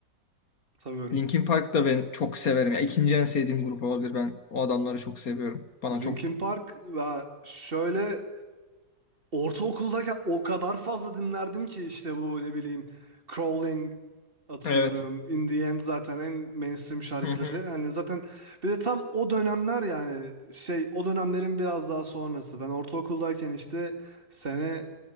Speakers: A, on the right; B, on the left.
A: <laughs> Tanıyorum.
B: Linkin Park da ben çok severim. Ya, ikinci en sevdiğim grup olabilir. Ben o adamları çok seviyorum. Bana
A: Linkin
B: çok...
A: Park ve şöyle ortaokuldayken o kadar fazla dinlerdim ki işte bu ne bileyim Crawling atıyorum.
B: Evet.
A: In the End zaten en mainstream şarkıları.
B: Hı hı.
A: Hani zaten bir de tam o dönemler yani şey o dönemlerin biraz daha sonrası. Ben ortaokuldayken işte sene